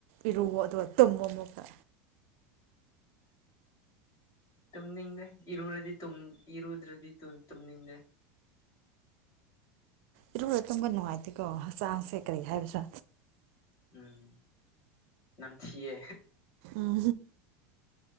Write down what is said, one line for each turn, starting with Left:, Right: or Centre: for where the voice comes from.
Right: ꯏꯔꯨꯣ ꯑꯗꯨꯒ ꯇꯨꯝꯃꯣ ꯑꯃꯨꯛꯀ
Left: ꯇꯨꯝꯃꯤꯅꯤꯡꯗꯦ ꯏꯔ꯭ꯔꯗꯤ ꯇ ꯏꯔꯗ꯭ꯔꯗꯤ ꯇꯃꯤꯅꯤꯡꯗꯦ
Right: ꯏꯔꯨꯔ ꯇꯨꯝꯕ ꯅꯨꯡꯉꯥꯏꯇꯦꯀꯣ ꯍꯛꯆꯥꯡꯁꯦ ꯀꯔꯤ ꯍꯥꯏꯕꯁꯥ
Left: ꯎꯝ ꯅꯝꯊꯤꯌꯦ
Right: ꯎꯝ